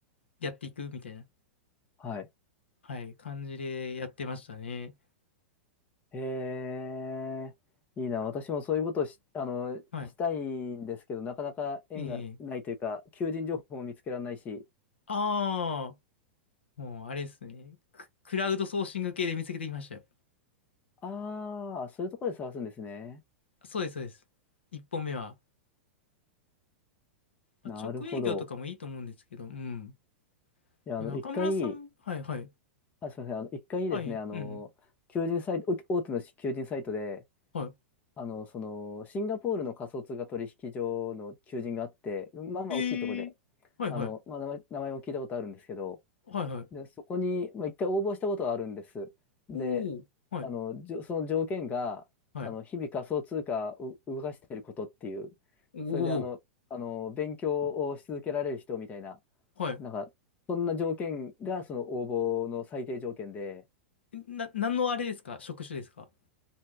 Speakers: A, on the left; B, on the left.
A: やっていくみたいな、
B: はい。
A: はい、感じでやってましたね。
B: へえ。いいな。私もそういうことをし、あの、
A: はい。
B: したいんですけど、なかなか縁がないというか、
A: ええ。
B: 求人情報も見つけられないし。
A: ああ、もうあれですね。ククラウドソーシング系で見つけてきましたよ。
B: ああ、そういうところで探すんですね。
A: そうです、そうです。一本目は。まあ、
B: なるほど。
A: 直営業とかもいいと思うんですけど、うん。
B: いや、
A: 中村さん、
B: あの、一回、
A: はいはい。
B: あ、すみません。あの、一回ですね、
A: はい、
B: あの、
A: うん。
B: 求人サイト、大手の求人サイトで、
A: は
B: あの、その、シンガポールの仮想通貨取引所の求人があって、まあまあ大きいとこで、
A: い。えー…はいはい。
B: あの、まあ、名前、名前も聞いたことあるんですけど、
A: はいはい。
B: で、そこに、まあ、一回応募したことがあるんです。で、
A: おお、はい、
B: あの、じょ、その条件が、
A: はい。
B: あの、日々仮想通貨を動かしていることっていう、
A: おお、
B: それであの、あの、勉強をし続けられる人みたいな、
A: はい。
B: なんか、そんな条件が、その応募の最低条件で、
A: えな、何のあれですか職種ですか